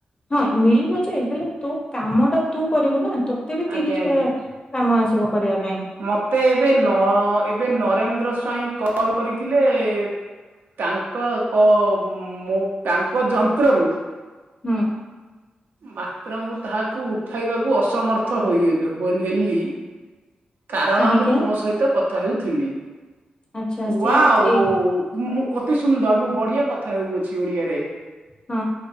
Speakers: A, on the left; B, on the right.
A: ହଁ ମିଳିବ ଯେ ହେଲେ ତୋ କାମଟା ତୁ କରିବୁ ନା ତୋତେ ବି ତିରିଶିଟା
B: ଆଜ୍ଞା ଆଜ୍ଞା।
A: କାମ ଆସିବ କରିବା ପାଇଁ।
B: ମତେ ଏବେ ନ ଏବେ ନରେନ୍ଦ୍ର ସ୍ଵାଇଁ କଲ୍ କରିଥିଲେ ଏ ତାଙ୍କ କ ମୁଁ ତାଙ୍କ ଯନ୍ତ୍ରରୁ
A: ହୁଁ
B: ମା ତ୍ର ର ମୁଁ ତାହାକୁ ଉଠାଇବାକୁ ଅସମର୍ଥ ହୋଇଗଲୁ ହୋ ହେଲି। କାରଣ
A: କାହିଁକି
B: ମୁଁ ତୁମ
A: ନା
B: ସହିତ କଥା ହେଉଥିଲି
A: ଆଚ୍ଛା
B: ୱାଓ
A: ସିଏ ଏଇ
B: ମୁ ଅତି ସୁନ୍ଦର ମୁଁ ବଢିଆ କଥା ହେଉଅଛି ଓଡିଆରେ।
A: ହୁଁ।